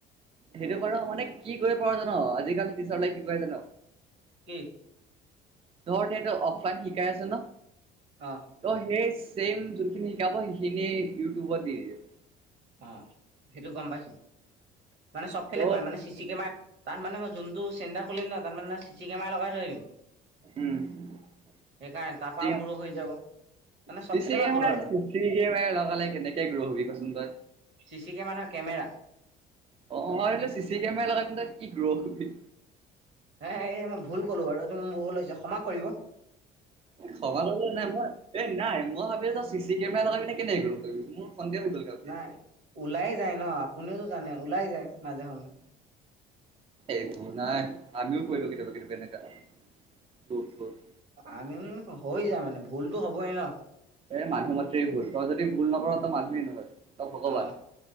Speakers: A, on the right; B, on the right.
A: সেইটো বাৰু মানে কি কৰিব পৰা যায় জান আজিকালি প্ৰিছাৰ নাই কি কয় জান
B: কি?
A: ধৰ তেহেটে অফলাইন শিকাই আছো ন।
B: অ
A: ত' সেই চেইম যোনখিনি শিকাব, সেইখিনিয়ে ইউটিউবত দি দিয়ে।
B: অহ' সেইটো গম পাইছো। মানে চব ফেলে
A: ত
B: কৰিম মানে চি চি কেমেৰা। তাত মানে মই যোনটো চেণ্টাৰ খুলিম ন তাত মানে চি চি কেমেৰা লগাই থৈ দিম।
A: উম'। <unintelligible>
B: সেইকাৰণে তাৰপৰাও
A: চি
B: গ্ৰ' হৈ যাব মানে চব ফালৰ
A: চি কেমেৰা।
B: পৰা গ্ৰ' আৰু
A: চি চি কেমেৰা লগালে কেনেকে গ্ৰ'হবি কেনেকে তই।
B: চি চি কেমেৰা নহয়, কেমেৰা।
A: অহ' মাৰলে চি চি কেমেৰা লগাই কিনে তাত কি গ্ৰ'হবি।
B: হে এই মই ভুল কলো বাৰু, এইটো মোৰ ভুল হৈছে। থিব।
A: ভবা লাগিল নাই মই, এই নাই মই ভাবিলো চি চি কেমেৰা লগাই পিনে কেনেকে গ্ৰ'হবি মোৰ সন্দেহ হৈ গ'ল ঘপকে।
B: নাই ওলাই যায় ন, আপুনিওতো জানে ওলাই যায় মাজে সময়ে।
A: একো নাই আমিও কৈ দিওঁ কেতিয়াবা কেতিয়াবা এনেকা <unintelligible>
B: আমিও হৈ যায় মানে ভুলতো হ'বই ন।
A: এ মানুহ মাত্ৰেই ভুল। তই যদি ভুল নকৰ তই মানুহেই নহয়। তই ভগৱান।
B: অহ'